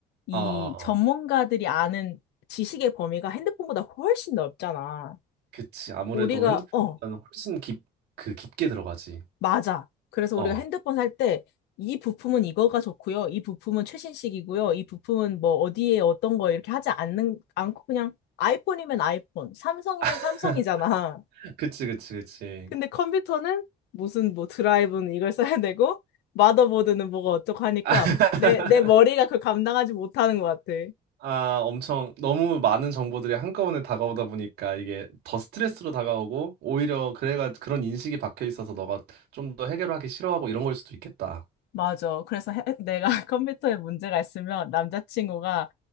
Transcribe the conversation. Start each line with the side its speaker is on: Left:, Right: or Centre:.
Left: 이
Right: 아, 아,
Left: 전문가들이
Right: 아.
Left: 아는 지식의 범위가 핸드폰보다 훨씬 넓잖아.
Right: 그치. 아무래도
Left: 우리가,
Right: 핸드폰보다는
Left: 어,
Right: 훨씬 깊, 그 깊게 들어가지.
Left: 맞아. 그래서
Right: 어.
Left: 우리가 핸드폰 살 때 이 부품은 이거가 좋고요. 이 부품은 최신식이고요. 이 부품은 뭐 어디에 어떤 거 이렇게 하지 않는 않고 그냥 아이폰이면 아이폰, 삼성이면
Right: <laughs>
Left: 삼성이잖아.
Right: 그치, 그치, 그치.
Left: 근데 컴퓨터는 무슨 뭐 드라이브는 이걸 써야 되고 마더보드는 뭐가 어쩌고 하니까
Right: <laughs>
Left: 내 내 머리가 그걸 감당하지 못하는 것 같아.
Right: 아, 엄청 너무 많은 정보들이 한꺼번에 다가오다 보니까 이게 더 스트레스로 다가오고 오히려 그래가 그런 인식이 박혀 있어서 너가 좀 더 해결하기 싫어하고 이런 걸 수도 있겠다.
Left: 맞아. 그래서 해- 내가 <laughs> 컴퓨터에 문제가 있으면 남자친구가